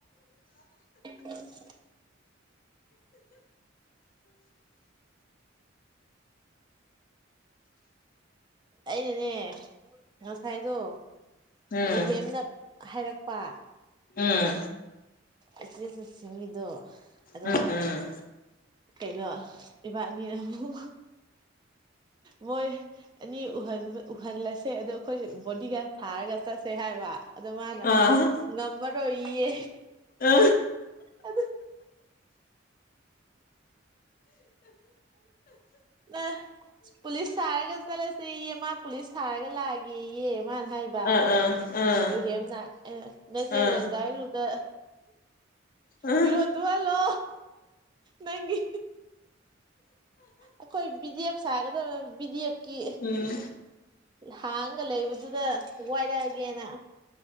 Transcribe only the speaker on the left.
ꯎꯝ
ꯎꯝ
ꯎꯝ ꯎꯝ
ꯑꯥ ꯑꯥ
ꯑꯥ
ꯑꯥ
ꯑꯥ
ꯑꯥ
ꯎꯝ